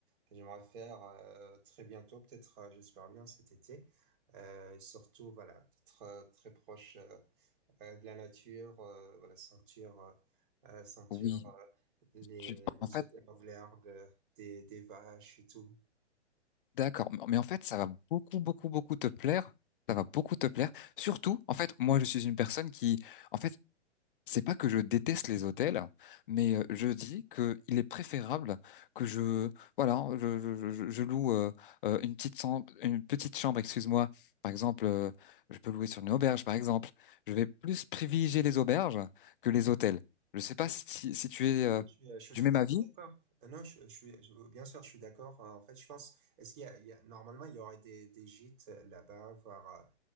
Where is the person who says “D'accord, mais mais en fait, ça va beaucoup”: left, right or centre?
Left